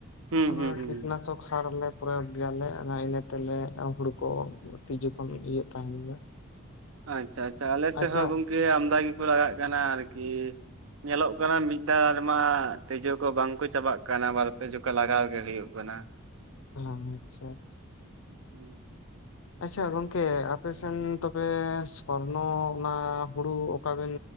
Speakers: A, on the right; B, on the left.
A: ᱦᱩᱸ
B: ᱚᱱᱟ
A: ᱦᱩᱸ ᱦᱩᱸ
B: ᱠᱤᱴᱱᱟᱥᱚᱠ ᱥᱟᱨ ᱞᱮ ᱯᱩᱨᱟ. ᱜᱮᱞᱮ ᱚᱱᱟ ᱤᱱᱟᱹ ᱛᱮᱞᱮ ᱦᱩᱲᱩ ᱠᱚ ᱛᱤᱡᱩ ᱠᱷᱚᱱ ᱤᱭᱟᱹᱜ ᱛᱟᱦᱮᱱ ᱜᱮᱭᱟ᱾
A: ᱟᱪᱪᱷᱟ ᱟᱪᱪᱷᱟ᱾ᱟᱞᱮ ᱥᱮᱫ
B: ᱟᱪᱪᱷᱟ
A: ᱦᱚᱸ ᱜᱚᱝᱠᱮ ᱟᱢᱫᱟ ᱜᱮᱠᱚ ᱞᱟᱜᱟᱜ ᱠᱟᱱᱟ ᱟᱨᱠᱤ ᱧᱮᱞᱚᱜ ᱠᱟᱱᱟ ᱢᱤᱫ ᱢᱤᱫ ᱫᱷᱟᱣ ᱨᱮᱢᱟ ᱛᱤᱡᱩ ᱠᱚ ᱵᱟᱝ ᱠᱚ ᱪᱟᱵᱟᱜ ᱠᱟᱱᱟ ᱵᱟᱨᱯᱮ ᱡᱚᱠ ᱞᱟᱜᱟᱣ ᱜᱮ ᱦᱩᱭᱩᱜ ᱠᱟᱱᱟ᱾
B: ᱦᱮᱸ ᱦᱮᱸ ᱟᱪᱪᱷᱟ ᱟᱪᱪᱷᱟ ᱟᱪᱪᱷᱟ
A: <inaudible>
B: ᱟᱪᱪᱷᱟ ᱜᱚᱝᱠᱮ ᱟᱯᱮᱥᱮᱱ ᱛᱚᱵᱮ ᱥᱚᱨᱱᱚ ᱚᱱᱟ ᱦᱩᱲᱩ ᱚᱠᱟᱵᱮᱱ